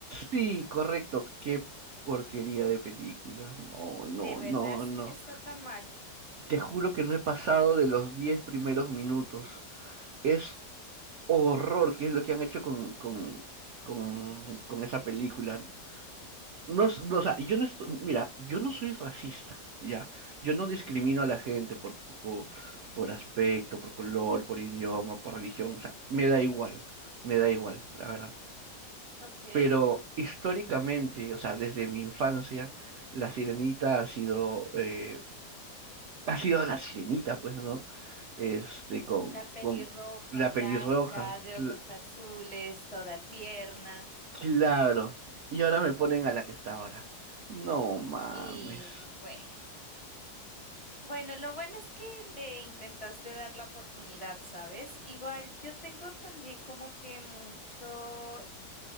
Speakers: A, on the right (about 80°); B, on the left (about 40°).
A: Sí, correcto, qué porquería de película. No, no,
B: De verdad
A: no,
B: es-
A: no.
B: está tan mal.
A: Te juro que no he pasado de los 10 primeros minutos. Es horror, que es lo que han hecho con, con, con, con esa película. No, s- no, o sea, yo no estoy, mira, yo no soy racista, ¿ya? Yo no discrimino a la gente por, por, por aspecto, por color, por idioma, por religión, o sea, me da igual, me da igual, la verdad.
B: Ok.
A: Pero históricamente, o sea, desde mi infancia, la sirenita ha sido, eh, ha sido la sirenita, pues, ¿no? Este, con,
B: La pelirroja,
A: con la
B: blanca,
A: pelirroja,
B: de
A: cl-
B: ojos azules, toda tierna.
A: claro. Y ahora me ponen a la que está ahora. No mames.
B: Y bueno, bueno, lo bueno es que le intentaste dar la oportunidad, ¿sabes? Igual yo tengo también como que mucho